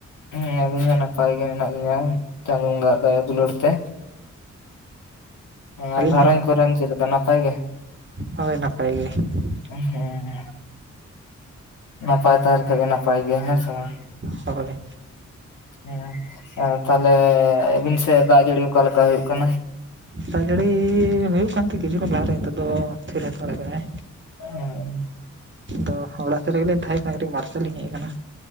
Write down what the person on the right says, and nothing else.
ᱴᱤᱲᱤᱡ-ᱚᱻ ᱾
ᱟᱹᱞᱤᱧ
ᱦᱚᱸ
ᱦᱳᱭ, ᱱᱟᱯᱟᱭ ᱜᱮ ᱾
ᱦᱳᱭ
ᱫᱟᱜ-ᱡᱟᱹᱲᱤ ᱦᱳᱭᱯᱜ ᱠᱟᱱ ᱛᱮ ᱠᱤᱪᱷᱩ ᱠᱷᱚᱱ ᱞᱟᱦᱟᱨᱮ, ᱱᱤᱛᱚᱜ ᱫᱚ ᱛᱷᱤᱨ ᱦᱟᱛᱟᱲ ᱟᱠᱟᱫᱟᱭ᱾
ᱟᱫᱚ ᱚᱲᱟᱜ ᱥᱮᱜ ᱨᱮᱜᱮ ᱞᱤᱧ ᱛᱟᱦᱮᱸᱠᱟᱱᱟ ᱠᱟᱹᱴᱤᱡ ᱢᱟᱴᱷ ᱥᱮᱜ ᱞᱤᱧ ᱦᱮᱡ ᱟᱠᱟᱱᱟ᱾